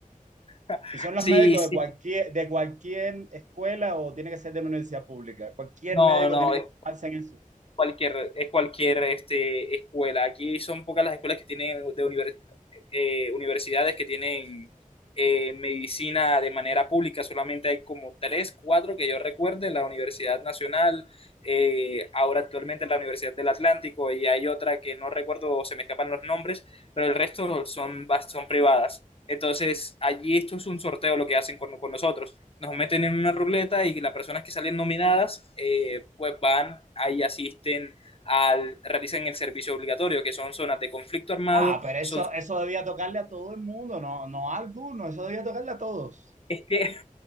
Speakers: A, on the left; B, on the right.
A: <laughs>
B: ¿Y son los médicos
A: Sí, sí,
B: de cualquier, de cualquier escuela o tiene que ser de una universidad pública? Cualquier
A: no,
B: médico
A: no,
B: tiene que
A: es,
B: tomarse en eso.
A: cualquier, es cualquier este, escuela. Aquí son pocas las escuelas que tienen de univers- eh, universidades que tienen eh, medicina de manera pública. Solamente hay como tres, cuatro que yo recuerde, la Universidad Nacional, eh, ahora actualmente la Universidad del Atlántico y hay otra que no recuerdo, se me escapan los nombres, pero el resto son, bas- son privadas. Entonces, allí esto es un sorteo lo que hacen con, con nosotros nos meten en una ruleta y las personas que salen nominadas, eh, pues van, ahí asisten, al, realizan el servicio obligatorio, que son zonas de conflicto armado,
B: Ah, pero
A: son
B: eso, eso debía tocarle a todo el mundo, no, no a alguno, eso debía tocarle a todos.
A: Es que <laughs>